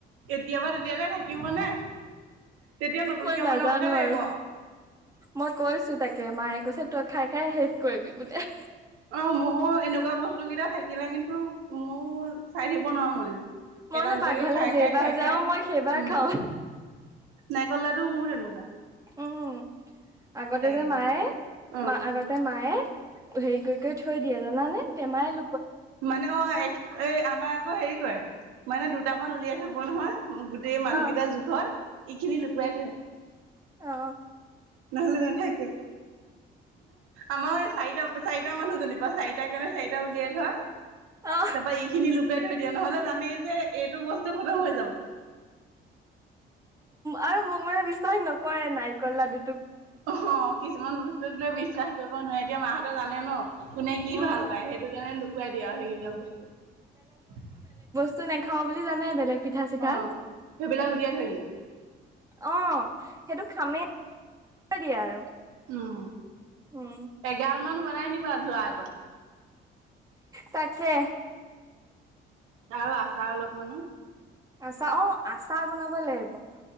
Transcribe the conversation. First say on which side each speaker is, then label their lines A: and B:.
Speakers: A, on the right; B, on the right.
A: এতিয়াবা তেতিয়াহ'লে থাকিব নে? তেতিয়া নতুনকে
B: মই নাজানো
A: বনাবগে লাগিব
B: আৰু, মই কৈছো তাকে মায়ে কৈছে হে, তই খাই খাই শেষ কৰিবি বুলে।
A: অ' মই এনেকুৱা বস্তুকেইটা থাকিলে কিন্তু মোৰ চাই থাকিব নোৱাৰো মানে।
B: মই
A: এটা
B: মানে
A: দুটাকে
B: পাকঘৰলে
A: খাই
B: যেইবাৰ
A: খাই, খাই
B: যাও
A: খাই
B: মই সেইবাৰ
A: উম।
B: খাও
A: নাইকল লাডু মোৰ এনেকুৱা।
B: উম, আগতে যে
A: কিবা
B: মায়ে,
A: এটা অ',
B: আগতে মায়ে হেৰি কৰি-কৰি থৈ দিয়ে জানানে তেমাইল
A: মানে অ এ আমাৰ আকৌ হেৰি কৰে মানে দুটামান উলিয়াই থব নহয়। গোটেই মানুহকেইটাৰ
B: অ
A: জোখত, এইখিনি লুকুৱাই থয়।
B: আহ।
A: নহলে নাথাকে, আমাৰ এই চাৰিটা, চাৰিটা মানুহজনী বা চাৰিটা সেইকাৰণে চাৰিটা উলিয়াই থয়,
B: অ
A: তাৰ পৰা এইখিনি লুকাই থৈ দিয়ে, নহলে জানেই যে এইটো বস্তু খতম হৈ যাব।
B: আৰু মংগল বিশ্বাস নকৰে নাৰিকল লাডু
A: অহ কিছুমান বস্তুক লৈ বিশ্বাস কৰিব নোৱাৰি, এতিয়া মাহঁতে জানে ন। কোনে কি
B: উম
A: ভাল পায় সেইটো কাৰণে লুকুৱাই দিয়া হয়‌ সেইবিলাক বস্তু।
B: নাই খাৱা বুলি জানে বেলেগ। পিঠা চিঠা
A: অ, সেইবিলাক উলিয়াই থৈ দিয়ে।
B: অ, সেইটো খামে দিয়া আৰু।
A: উম,
B: উম
A: এগাল মান বনাই নিবা যোৱাৰ আগত।
B: তাকে।
A: আৰু আচাৰ অলপমানো।
B: আচাৰ অ, আচাৰ বনাব লাগিব।